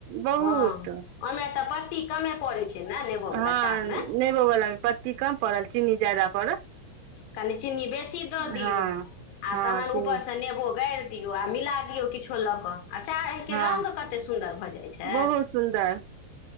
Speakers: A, on the right; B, on the left.
A: बहुत
B: हँ <unintelligible> ओहिमे। तऽ पत्ती कमे पड़ै छै
A: <unintelligible>
B: ने नेबोवला
A: हँ
B: चाहमे
A: नेबो बला। पत्ती कम पड़ल चीनी ज्याददा पड़ल। <unintelligible>
B: कनि चीनी बेसी दऽ दियौ
A: हँ
B: आ
A: हँ
B: तहन
A: चीनी
B: ऊपरसँ नेबो गारि दियौ आ मिला दियौ किछो लऽ कऽ आच चाह एहिके
A: हँ
B: रङ्ग कतेक सुन्दर भऽ जाइ छै।
A: बहुत सुन्दर